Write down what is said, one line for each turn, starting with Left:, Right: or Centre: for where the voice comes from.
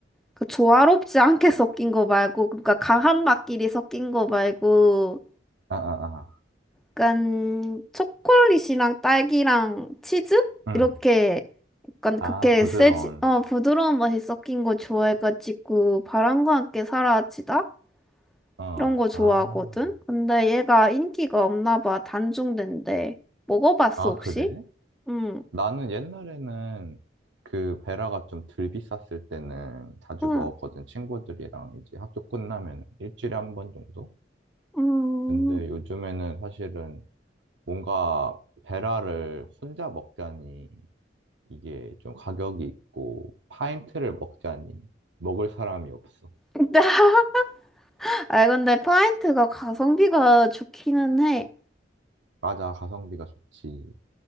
Centre: 그 조화롭지 않게 섞인 거 말고, 그러니까 강한 맛끼리 섞인 거 말고,
Right: 아, 아, 아.
Centre: 약간 초콜릿이랑 딸기랑 치즈?
Right: 응.
Centre: 이렇게 약간
Right: 아,
Centre: 그렇게
Right: 부드러운.
Centre: 세지, 어, 부드러운 맛이 섞인 거 좋아해가지고, 바람과 함께 사라지다?
Right: 어.
Centre: 이런 거 좋아하거든?
Right: 아.
Centre: 근데 얘가 인기가 없나 봐, 단종된대. 먹어봤어,
Right: 아,
Centre: 혹시?
Right: 그래?
Centre: 응,
Right: 나는 옛날에는 그 베라가 좀 덜 비쌌을 때는 자주
Centre: 응,
Right: 먹었거든. 친구들이랑 이제 학교 끝나면 일주일에 한 번 정도?
Centre: 음.
Right: 근데 요즘에는 사실은 뭔가 베라를 혼자 먹자니 이게 좀 가격이 있고 파인트를 먹자니 먹을 사람이 없어.
Centre: <laughs> 아, 근데 파인트가 가성비가 좋기는 해.
Right: 맞아, 가성비가 좋지.